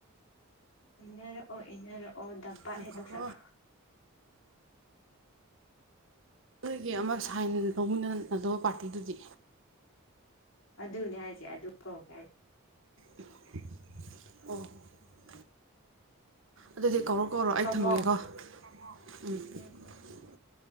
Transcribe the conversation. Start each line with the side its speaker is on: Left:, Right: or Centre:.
Left: ꯏꯟꯅꯔꯛ ꯑꯣ ꯏꯟꯅꯔꯛ ꯑꯣ ꯗꯝꯄꯥꯥꯠ
Right: ꯉꯥꯏꯈꯣꯀꯣ
Left: ꯍꯦꯛ ꯇꯧꯁꯜꯂꯣ
Right: ꯅꯣꯏꯒꯤ ꯑꯃ ꯁꯥꯏꯟ ꯂꯧꯃꯤꯟꯅꯗꯧꯕ ꯄꯥꯔꯇꯤꯗꯨꯗꯤ
Left: ꯑꯗꯨꯅꯦ ꯍꯥꯏꯁꯦ ꯑꯗꯨ ꯀꯧꯀꯦ ꯍꯥꯏ
Right: <inaudible> ꯑꯗꯨꯗꯤ ꯀꯧꯔꯛ ꯀꯣꯔꯣ ꯑꯩ
Left: ꯊꯝꯃꯣ
Right: ꯊꯝꯃꯒꯦꯀꯣ <inaudible>
Left: ꯎꯝ